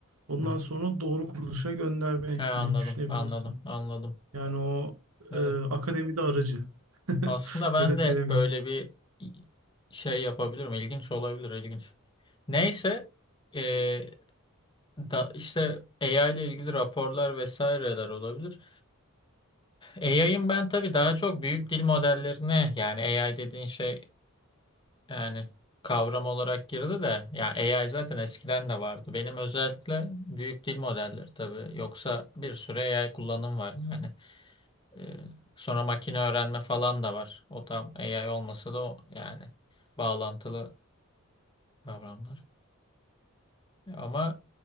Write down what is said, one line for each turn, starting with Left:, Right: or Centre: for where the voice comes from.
Right: ondan
Left: Hı hı.
Right: sonra doğru kuruluşa göndermek
Left: Ha, anladım,
Right: gibi düşünebilirsin.
Left: anladım, anladım.
Right: Yani o
Left: Evet.
Right: e, akademide aracı. <laughs>
Left: Aslında ben
Right: Böyle söylemeyeyim.
Left: de böyle bir şey yapabilirim. İlginç olabilir, ilginç. Neyse eee, da işte AI ile ilgili raporlar vesaireler olabilir. AI'ın ben tabii daha çok büyük dil modellerine yani AI dediğin şey yani kavram olarak girdi de yani AI zaten eskiden de vardı. Benim özellikle büyük dil modelleri tabii. Yoksa bir sürü AI kullanım var yani. Eee, sonra makine öğrenme falan da var. O tam AI olmasa da o yani bağlantılı kavramlar. Ama